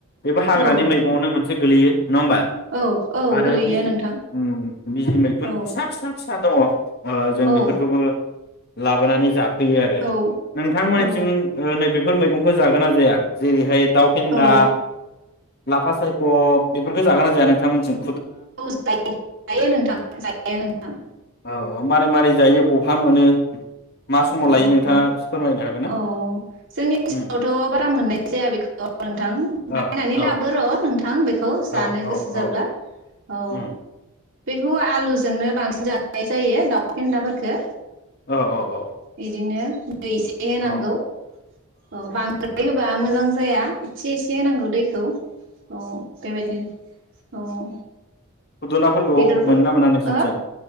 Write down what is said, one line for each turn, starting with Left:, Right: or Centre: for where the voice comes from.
Left: बेबो हाग्रानि
Right: औ
Left: मैगङावनो मोनसे गोेलैयो नङा होमबा
Right: औ औ
Left: आरो
Right: गोलैयो
Left: बि
Right: नोंथां
Left: उम बिजि मैखुन
Right: औ
Left: फिसा फिसा दङ। ओ जों
Right: औ
Left: बेफोरखौबो लाबोनानै जा फैयो आरो ओ
Right: औ
Left: नोंथांमोननिथिं
Right: औ
Left: नैबे बेफोर मैगंखौ जागोन ना जाया जेरैहाय दाउ फेन्दा
Right: औ
Left: लाफा सायख' बेफोरखौ जागोना जाया नोंथांमोननिथिं?
Right: औ जायो जायो नोंथां जायो जायो नोंथां
Left: औ मारै मारै जायो बहा मोनो मा समाव
Right: औ
Left: लायो नोंथाङा एसे फोरमायनो हागोन ना
Right: औ जोंनि ओनसोलावथ'
Left: उम
Right: बारा मोननाय जाया बेखौ नोंथां बायनानै
Left: ओ औ
Right: लाबो र' नोंथां बे खौ जानो
Left: औ औ
Right: गोसो जाब्ला
Left: औ
Right: औ
Left: उम
Right: बेखौ आलुजोंनो बांसिन जानाय जायो दाउफेन्दाफोरखौ
Left: औ औ
Right: बिदिनो दैै एसे ए होनांगौ
Left: औ
Right: औ बांद्राय होबा मोजां जाया एसे एसे होनांगौ दैखौ औ बेबायदिनो औ
Left: खुदुनाफोरखौ
Right: बेदरफोर
Left: मोनो ना मोना नोंसोरनिथिं
Right: हो